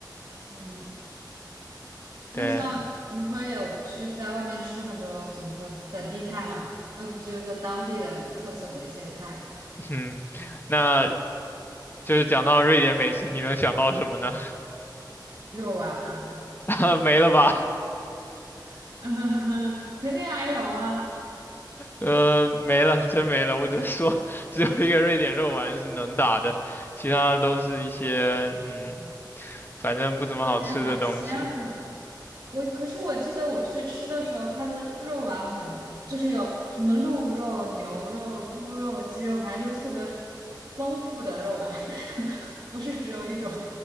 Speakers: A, on the right; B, on the left.
A: 嗯。
B: 对，
A: 那像你会有去在外面吃很多怎么说本地菜吗？呃，不就是在当地的特色的一些菜，
B: <laughs> 嗯，那就是讲到瑞典美食，你能想到什么呢？
A: 肉丸啊，
B: <laughs> 没了吧？
A: <laughs> 肯定还有啊，
B: 呃，没了，真没了。我只能说，只有一个瑞典肉丸是能打的，其他的都是一些嗯，反正不怎么好吃的东西。
A: 还有点海鲜可能。我可是我记得我去吃的时候，它的肉丸很，就是有什么鹿肉、牛肉、猪肉、鸡肉，反正就特别丰丰富的肉丸，<laughs> 不是只有一种。